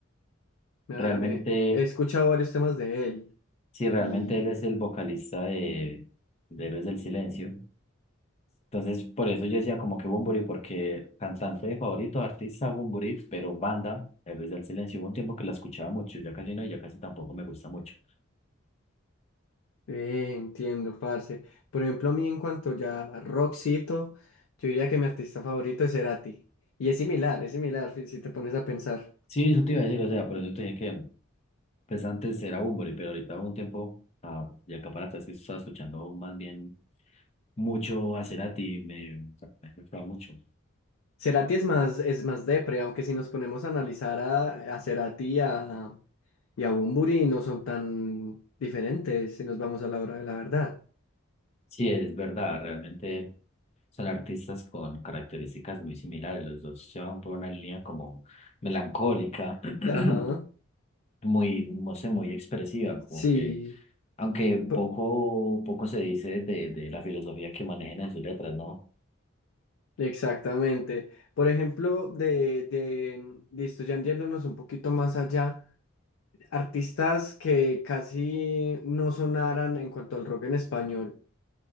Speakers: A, on the left; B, on the left.
A: Me,
B: Realmente,
A: ha- me- he escuchado varios temas de él
B: sí, realmente
A: y
B: él es el vocalista de, de Héroes del Silencio. Entonces, por eso yo decía como que Bunbury, porque cantante favorito, artista Bunbury, pero banda, Héroes del Silencio. Hubo un tiempo que la escuchaba mucho, ya casi no, y ya casi tampoco me gusta mucho.
A: eh, entiendo, parce. Por ejemplo, a mí en cuanto ya a rockcito, yo diría que mi artista favorito es Cerati. Y es similar, es similar fi- si te pones a pensar.
B: Sí, eso te iba a decir, o sea, por eso te dije que Pues antes era Bunbury, pero ahorita hubo un tiempo ah, de Acaparata, es que estaba escuchando más bien mucho a Cerati, me, me gustaba mucho.
A: Cerati es más, es más depre, aunque si nos ponemos a analizar a, a Cerati y a, y a Bunbury no son tan diferentes si nos vamos a la hora de la verdad.
B: Sí, es verdad, realmente son artistas con características muy similares, los dos se van por una línea como melancólica, <clears throat>
A: Ajá.
B: muy, no sé, muy expresiva, como
A: Sí,
B: que, aunque poco,
A: p-
B: poco se dice de, de la filosofía que manejan en sus letras, ¿no?
A: exactamente. Por ejemplo, de, de, listo, ya yéndonos un poquito más allá, artistas que casi no sonaran en cuanto al rock en español,